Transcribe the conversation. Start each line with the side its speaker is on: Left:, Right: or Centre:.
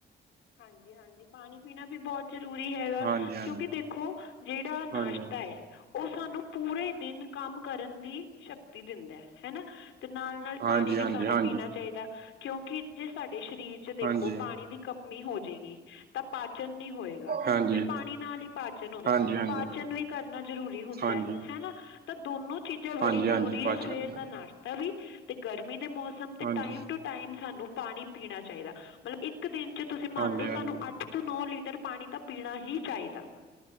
Left: ਹਾਂਜੀ ਹਾਂਜੀ ਪਾਣੀ ਪੀਣਾ ਵੀ ਬਹੋਤ ਜ਼ਰੂਰੀ ਹੈਗਾ
Right: ਹਾਂਜੀ ਹਾਂਜੀ
Left: ਕਿਉਂਕਿ ਦੇਖੋ ਜਿਹੜਾ ਨਾਸ਼ਤਾ
Right: ਹਾਂਜੀ
Left: ਏ ਓਹ ਸਾਨੂੰ ਪੂਰੇ ਦਿਨ ਕੰਮ ਕਰਨ ਦੀ ਸ਼ਕਤੀ ਦਿੰਦਾ ਹੈਨਾ ਤੇ ਨਾਲ ਨਾਲ
Right: ਹਾਂਜੀ
Left: ਪਾਣੀ ਵੀ ਸਾਨੂੰ
Right: ਹਾਂਜੀ
Left: ਪੀਨਾ ਚਾਹੀਦਾ ਕਿਉਂਕਿ ਜੇ ਸਾਡੇ ਸ਼ਰੀਰ ਚ ਦੇਖੋ
Right: ਹਾਂਜੀ ਹਾਂਜੀ
Left: ਪਾਣੀ ਦੀ ਕਮੀ ਹੋਜੇਗੀ ਤਾ ਪਾਚਨ ਨੀ ਹੋਏਗਾ
Right: ਹਾਂਜੀ
Left: ਤੇ
Right: ਹਾਂਜੀ
Left: ਪਾਣੀ
Right: ਹਾਂਜੀ
Left: ਨਾਲ ਹੀ ਪਾਚਨ ਹੂਂਦੈ
Right: ਹਾਂਜੀ
Left: ਪਾਚਨ ਵੀ ਕਰਨਾ ਜ਼ਰੂਰੀ ਹੁੰਦੈ
Right: ਹਾਂਜੀ
Left: ਹਨਾ ਤਾਂ ਦੋਨੋ ਚੀਜ਼ਾਂ ਬੜੀ
Right: ਹਾਂਜੀ
Left: ਜ਼ਰੂਰੀ
Right: ਹਾਂਜੀ ਪਾਚਨ
Left: ਏ ਸਵੇਰ
Right: ਪ੍ਰਣਾਲੀ
Left: ਦਾ ਨਾਸ਼ਤਾ ਵੀ ਤੇ ਗਰਮੀ ਦੇ ਮੌਸਮ ਤੇ
Right: ਹਾਂਜੀ
Left: ਟਾਈਮ ਟੂ ਟਾਈਮ ਸਾਨੂੰ ਪਾਣੀ ਪੀਣਾ ਚਾਹੀਦਾ ਮਤਲਬ ਇੱਕ ਦਿਨ ਚ ਤੁਸੀ ਮੰਨ
Right: ਹਾਂਜੀ
Left: ਲਓ
Right: ਹਾਂਜੀ
Left: ਸਾਨੂੰ ਅੱਠ ਤ ਨੌ ਲੀਟਰ ਪਾਣੀ ਤਾਂ ਪੀਣਾ ਹੀ ਚਾਹੀਦੈ।